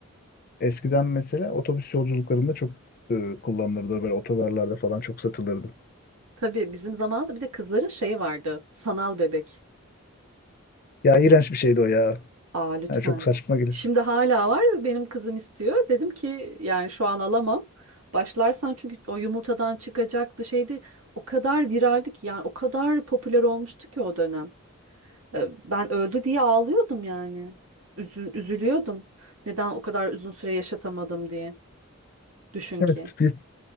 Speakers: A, on the left; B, on the right.
A: eskiden mesela otobüs yolculuklarında çok e, kullanılırdı. Böyle otogarlarda falan çok satılırdı.
B: Tabii bizim zamanımızda bir de kızların şeyi vardı. Sanal bebek.
A: Ya iğrenç
B: Yani,
A: bir şeydi o ya.
B: aa lütfen.
A: Yani çok saçma gibi.
B: Şimdi hala var. Benim kızım istiyor. Dedim ki yani şu an alamam. Başlarsan çünkü o yumurtadan çıkacaktı şeydi. O kadar viraldi ki yani o kadar popüler olmuştu ki o dönem. E, Ben öldü diye ağlıyordum yani. Üzül üzülüyordum. Neden o kadar uzun süre yaşatamadım diye. Düşün
A: Evet
B: ki.
A: bir